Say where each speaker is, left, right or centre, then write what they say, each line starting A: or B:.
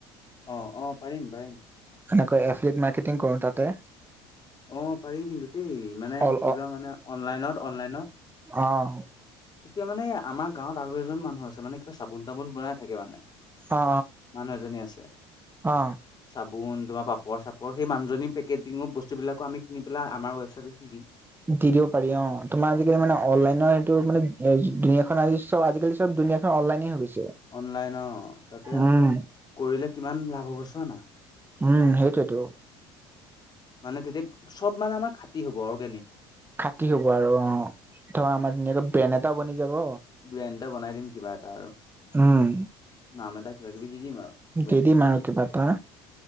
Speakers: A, on the left; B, on the right.
A: অহ', অহ', পাৰিম পাৰিম।
B: এনেকৈ এফলিট মাৰ্কেটিং কৰো তাতে।
A: অ', পাৰি কিন্তু দেই, মানে
B: অল
A: ধৰি লোৱা মানে অনলাইনত- অনলাইনত
B: অহ',।
A: তেতিয়া মানে আমাৰ গাঁৱত আৰু এজন মানুহ আছে মানে চাবোন-তাবোন বনাই থাকে মানে,
B: অ
A: মানুহ এজনী আছে।
B: অ অ
A: চাবোন তোমাৰ পাপৰ-চাপৰ সেই মানহজনী পেকেটিঙৰ বস্তুবিলাকো আমি কিনি পেলাই আমাৰ ৱেবছাইটত দি দিম।
B: দি দিব পাৰি অ' তোমাৰ আজিকালি মানে অনলাইনৰ সেইটো মানে, দুুনীয়া খন আজি চব আজিকালি চব দুনীয়া অনলাইনে হৈ গৈছে।
A: অনলাইন অ' তাকে
B: উম
A: কৰিলে কিমান লাভ হ'ব চোৱা না।
B: উম', সেইটোৱেতো।
A: মানে তেতিয়া চব মানে আমাৰ খাটি হ'ব অৰ্গেনিক।
B: খাটি হ'ব আৰু অ', ধৰা আমাৰ ধুনীয়াকে ব্ৰেন এটাও বনি যাব।
A: ব্ৰেণ্ড এটা বনাই দিম কিবা এটা আৰু,
B: উম
A: নাম এটা কিবা কিবি দি দিম আৰু। ব্ৰেণ্ডটোত
B: দি দিম আৰু কিবা এটা।